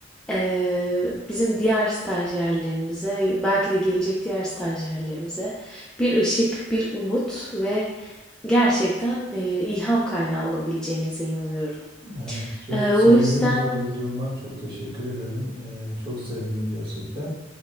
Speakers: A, in the centre; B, on the right.
A: eee, bizim diğer stajyerlerimize ve belki de gelecek diğer stajyerlerimize bir ışık, bir umut ve gerçekten eee, ilham kaynağı olabileceğinize inanıyorum.
B: evet. Çok
A: Eee, o
B: sevindim
A: yüzden
B: bunu duyduğuma. Çok teşekkür ederim. E, çok sevindim gerçekten.